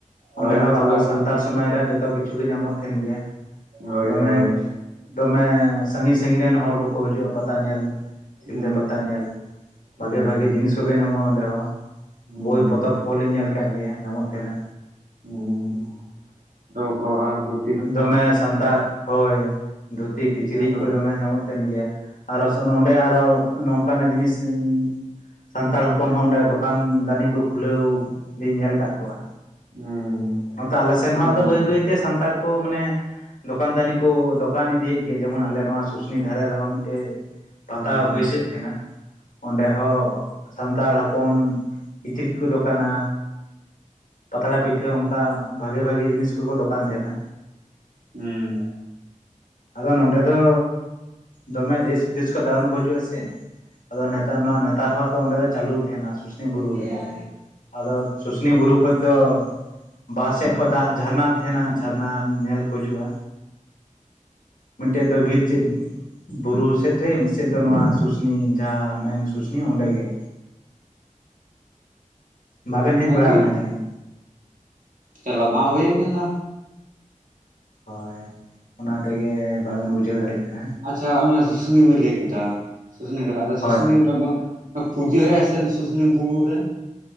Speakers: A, on the left (about 75°); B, on the right (about 75°).
A: ᱚᱸᱰᱮ
B: ᱦᱳᱭ
A: ᱦᱚᱸ
B: ᱪᱟᱞᱟᱣ
A: ᱟᱵᱚ
B: ᱦᱩᱭ
A: ᱥᱟᱱᱛᱟᱲ
B: ᱞᱮᱱᱟ᱾
A: ᱥᱚᱢᱟᱡᱽ ᱨᱮᱭᱟᱜ ᱡᱚᱛᱚ ᱠᱤᱪᱷᱩ ᱜᱮ ᱧᱟᱢᱚᱜ ᱛᱟᱦᱮᱱ ᱜᱮᱭᱟ
B: ᱦᱳᱭ
A: ᱫᱚᱢᱮ
B: ᱦᱳᱭ
A: ᱫᱚᱢᱮ ᱥᱟᱹᱜᱤᱧ ᱥᱟᱹᱜᱤᱧ ᱨᱮᱱ ᱦᱚᱲ ᱠᱚᱠᱚ ᱦᱤᱡᱩᱜᱼᱟ ᱯᱟᱛᱟ ᱧᱮᱞ ᱥᱤᱞᱫᱟᱹ
B: ᱦᱩᱸ
A: ᱯᱟᱛᱟ ᱛᱟ ᱧᱮᱞ ᱵᱷᱟᱜᱮ
B: ᱦᱩᱸ
A: ᱵᱷᱟᱜᱮ ᱡᱤᱱᱤᱥ ᱠᱚᱜᱮ ᱧᱟᱢᱚᱜᱼᱟ ᱚᱸᱰᱮ ᱦᱚᱸ᱾
B: ᱦᱩᱸ
A: ᱵᱳᱭ, ᱯᱚᱛᱚᱵ᱾ ᱠᱚᱦᱚᱞᱤᱧ ᱧᱮᱞ ᱠᱟᱜ ᱜᱮᱭᱟ ᱧᱟᱢᱚᱜ ᱛᱟᱦᱮᱱᱟ᱾
B: <unintelligible>
A: ᱫᱚᱢᱮ ᱥᱟᱱᱛᱟᱲ ᱦᱳᱭ᱾ ᱫᱷᱩᱛᱤ ᱠᱤᱪᱨᱤᱡ
B: ᱦᱩᱸ
A: ᱠᱚ ᱫᱚᱢᱮ ᱧᱟᱢᱚᱜ ᱛᱟᱦᱮᱱ ᱜᱮᱭᱟ᱾ ᱟᱨᱚ ᱥᱚ ᱱᱚᱸᱰᱮ ᱟᱨᱚ ᱱᱚᱝ ᱠᱟᱱᱟᱜ ᱡᱤᱱᱤᱥ ᱤᱧ ᱥᱟᱱᱛᱟᱲ ᱦᱚᱯᱚᱱ ᱦᱚᱸ ᱚᱸᱰᱮ ᱫᱚᱠᱟᱱ ᱫᱟᱱᱤ ᱠᱚ ᱠᱷᱩᱞᱟᱹᱣ ᱞᱤᱧ ᱧᱮᱞ ᱟᱠᱟᱫ ᱠᱚᱣᱟ᱾
B: ᱦᱩᱸ
A: ᱱᱚᱛᱮ ᱟᱞᱮ ᱥᱮᱱ
B: ᱦᱩᱸ
A: ᱦᱚᱸ ᱟᱫᱚ ᱵᱟᱹᱭ ᱵᱟᱹᱭᱛᱮ ᱥᱟᱱᱛᱟᱲ ᱠᱚ ᱢᱟᱱᱮ ᱫᱚᱠᱟᱱ ᱫᱟᱱᱤ ᱠᱚ ᱫᱚᱠᱟᱱ ᱤᱫᱤᱭᱮᱫ ᱜᱮᱭᱟ᱾ ᱡᱮᱢᱚᱱ ᱟᱞᱮ ᱱᱚᱣᱟ ᱥᱩᱥᱱᱤ ᱫᱷᱟᱨᱮ ᱨᱮᱦᱚᱸ ᱢᱤᱫᱴᱮᱡ ᱯᱟᱛᱟ
B: ᱦᱩᱸ
A: ᱵᱟᱹᱭᱥᱟᱹᱜ ᱛᱟᱦᱮᱱᱟ ᱚᱸᱰᱮ ᱦᱚᱸ ᱥᱟᱱᱛᱟᱲ ᱦᱚᱯᱚᱱ ᱠᱤᱪᱨᱤᱡ ᱠᱚ ᱫᱚᱠᱟᱱᱟ᱾ ᱯᱟᱛᱲᱟ ᱯᱤᱴᱷᱟᱹ ᱚᱱᱠᱟ ᱵᱷᱟᱜᱮ ᱵᱷᱟᱜᱮ ᱡᱤᱱᱤᱥ ᱛᱩ ᱠᱚ ᱫᱚᱠᱟᱱ ᱛᱟᱦᱮᱱᱟ᱾
B: ᱦᱩᱸ᱾
A: ᱟᱫᱚ ᱱᱚᱰᱮ ᱫᱚ ᱫᱚᱢᱮ ᱫᱮᱥ ᱵᱤᱫᱮᱥ ᱠᱷᱚᱡ ᱫᱟᱬᱟᱱ ᱠᱚ ᱦᱤᱡᱩᱜ-ᱟ ᱥᱮ᱾ ᱟᱫᱚ ᱱᱮᱛᱟᱨ ᱚᱱᱟ ᱱᱮᱛᱟᱨ ᱦᱚᱸᱫᱚ ᱚᱸᱰᱮ ᱫᱚ ᱪᱟᱹᱞᱩ ᱛᱟᱦᱮᱱᱟ ᱥᱩᱥᱱᱤ ᱵᱩᱨᱩ
B: ᱢᱟᱱᱮ
A: ᱨᱮᱫᱚ᱾ ᱟᱫᱚ ᱥᱩᱥᱱᱤ ᱵᱩᱨᱩ ᱠᱷᱚᱡ ᱫᱚ ᱵᱟᱨ ᱥᱮᱫ ᱠᱷᱚᱡ ᱫᱟᱜ ᱡᱷᱟᱨᱱᱟᱜ ᱛᱟᱦᱮᱸᱱᱟ ᱡᱷᱟᱨᱱᱟ ᱧᱮᱞ ᱠᱚ ᱦᱤᱡᱩᱜ-ᱟ᱾ ᱢᱤᱫᱴᱮᱡ ᱫᱚᱭ ᱵᱤᱨ ᱪᱮᱫ ᱵᱩᱨᱩ ᱥᱮᱫ ᱨᱮ ᱢᱤᱫᱥᱮᱫ ᱫᱚ ᱱᱚᱣᱟ ᱥᱩᱥᱱᱤ ᱡᱟᱦᱟᱸ ᱢᱮᱱ ᱥᱩᱥᱱᱤ ᱚᱸᱰᱮ ᱜᱮ᱾ ᱵᱟᱵᱮᱱ ᱦᱮᱡ ᱵᱟᱲᱟᱣ
B: ᱟᱹᱰᱤ
A: ᱠᱟᱱᱟ ᱡᱟᱹᱱᱤᱡ᱾
B: ᱪᱟᱞᱟᱣ ᱵᱟᱝ ᱦᱳᱭ ᱠᱟᱱᱟ᱾
A: ᱦᱳᱭ ᱚᱱᱟ ᱛᱮᱜᱮ ᱵᱟᱵᱮᱱ ᱵᱩᱡᱷᱟᱹᱣ ᱫᱟᱲᱮᱜ ᱠᱟᱱᱟ᱾
B: ᱟᱪᱪᱷᱟ ᱚᱱᱟ ᱥᱩᱥᱱᱤ ᱵᱤᱱ ᱞᱟᱹᱭ ᱠᱮᱫᱟ ᱥᱩᱥᱱᱤ ᱜᱟᱰᱟ ᱟᱫᱚ
A: ᱦᱳᱭ
B: ᱥᱩᱥᱱᱤ <unintelligible> ᱫᱚ ᱟ ᱯᱩᱡᱟᱹ ᱦᱳᱭᱳᱜ-ᱟ ᱥᱮ ᱥᱩᱥᱱᱤ ᱵᱩᱨᱩ ᱨᱮ?